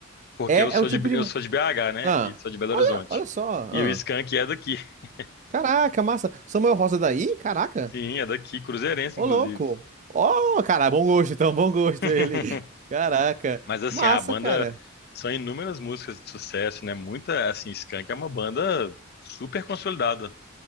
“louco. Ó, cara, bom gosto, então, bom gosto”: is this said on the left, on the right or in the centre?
Right